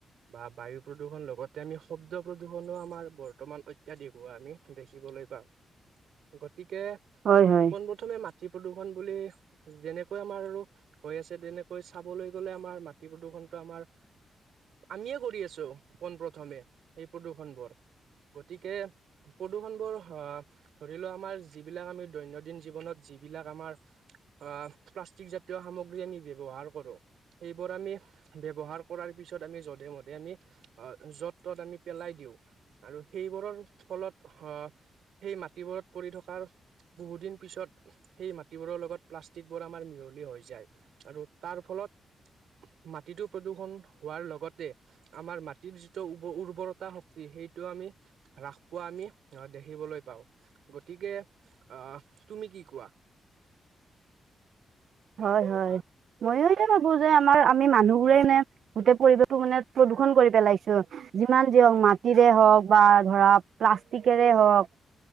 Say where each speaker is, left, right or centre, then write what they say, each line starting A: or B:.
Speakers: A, on the right (about 85°); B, on the right (about 65°).
A: বা বায়ু প্ৰদূৰণ লগতে আমি শব্দ প্ৰদূষণৰ আমাৰ বৰ্তমান অত্যাধিক হোৱা আমি দেখিব বলৈ পাম গতিকে
B: হয়
A: পোনপথমে
B: হয়
A: মা প্ৰদূৰ্ষণ বুলি যেনেকৈ আমাৰ আৰু হৈ আছে তেনে কৈচাবলৈ গ'লে আমাৰ মাটি প্ৰদূৰণটো আমাৰ আমিয়ে কৰি আছো পোন প্ৰথমে সেই প্ৰদূৰ্ষন বোৰ গতিকে প্ৰদূষণ বোৰ ধৰি লোৱা আমাৰ যিবিলাক আমি দৈনন্দিন জীৱনত য এই বিলাক আমাৰ অ প্লাষ্টিক জাতীয় সামগ্ৰী <unintelligible> ব্যৱহাৰ কৰো সেইবোৰ আমি ব্যৱহাৰ কৰাৰ পিছত আমি যধে মধে আমি য'ত তত আমি পেলাই দিওঁ আৰু সেইবোৰৰ ফলত আহ সেই মাটিবোৰত পৰি থকাৰ বহু দিন পিছত সেই মাটিবোৰৰ লগত প্লাষ্টিকবোৰ আমাৰ মিহলি হৈ যায় আৰু তাৰ ফলত মাটিটো প্ৰদূষণ হোৱাৰ লগত আতে আমাৰ মাটিৰ যিটো উ উৰ্বৰতা শক্তি সেইটো আমি হ্ৰাস পোৱা আমি। দেখিবলৈ পাওঁ গতিকে আহ তুমি কি কোৱা?
B: হয় হয়। ময়ো এতিয়া ভাবো যে আমাৰ আমি মানুহবোৰেই নে গোটেই পৰিৱেশো মানে প্ৰদূষণ কৰি পেলাইছো। যিমান যি হওক মাটিৰে হওক, বা ধৰা প্লাষ্টিকেৰে হওক,